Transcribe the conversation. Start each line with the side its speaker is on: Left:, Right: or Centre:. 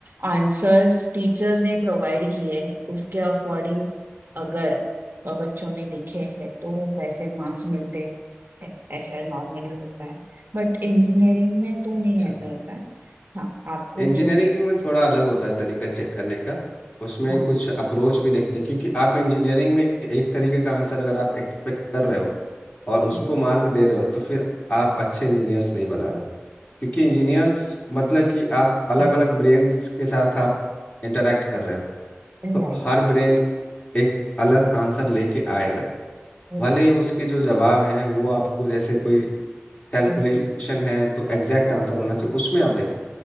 Right: आंसर्स टीचर्स ने प्रोवाइड किए हैं उसके अकॉर्डिंग अगर बच्चों ने लिखे हैं तो वैसे मार्क्स मिलते हैं ऐसा नॉर्मली होता है बट इंजीनियरिंग में तो नहीं
Left: अच्छा
Right: ऐसा होता है हाँ आपको
Left: इंजीनियरिंग
Right: जो
Left: में थोड़ा अलग होता है तरीका चेक करने का उसमें
Right: हाँ
Left: कुछ अप्रोच भी देखते हैं क्योंकि आप इंजीनियरिंग में एक तरीके का आंसर अगर आप एक्सपेक्ट कर रहे हो और उसको
Right: हाँ
Left: मार्क दे रहे हो तो फिर आप अच्छे इंजीनियर्स नहीं बना रहे हो क्योंकि इंजीनियर्स मतलब कि आप अलग
Right: हाँ
Left: अलग ब्रेन के साथ आप इंटरेक्ट कर रहे हो
Right: राइट
Left: तो हर ब्रेन एक अलग आंसर लेके आएगा भले
Right: राइट
Left: ही उसके जो जवाब हैं वो आपको जैसे कोई कैलकुलेशन
Right: एक्शन
Left: है तो एग्जैक्ट आंसर होना चाहिए उसमें आप देखो